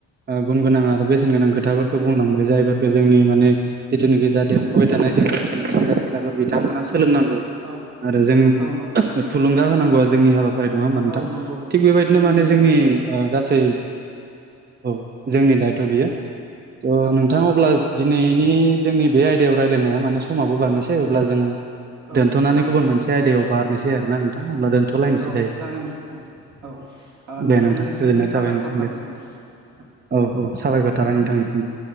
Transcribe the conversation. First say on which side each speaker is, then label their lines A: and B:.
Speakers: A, on the right (about 35°); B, on the right (about 70°).
A: ओ गुन गोनां आरो बेसेन गोनां खोथाफोरखौ बुंलांबाय जायफोरखौ जोंनि माने जिथुनाखि दा देरफुबाय थानाय सेंग्रा सिख्लाफोर बिथांमोना सोलोंनांगौ
B: औ
A: आरो जों
B: औ नंगौ
A: थुलुंगा होनांगौआ जोंनि हाबाफारि न
B: औ
A: थां
B: नंगौ
A: थिग बेबायदिनो
B: जोंनिनो
A: माने जोंनि
B: दायथ' जाना
A: ओ
B: थाबाय
A: गासै औ जोंनि दायथ' बियो थ'
B: औ
A: नोंथां अब्ला दिनैनि जोंनि बे आयदायाव रायज्लायनाया माने समाबो बारनोसै अब्ला जोङो
B: औ
A: दोन्थ'नानै गुबुन मोनसे आयदायाव बारनोसै आरोना नोंथां अब्ला दोनथ'लायनोसै
B: औ
A: दायो।
B: जागोन दे नोंथां औ
A: दे
B: नोंथांनिसिम
A: नोंथां गोजोननाय
B: साबायखर
A: नोंथां
B: थाबाय
A: दे
B: नोंथां।
A: औ औ साबायखर थाबाय नोंथांनिसिमबो।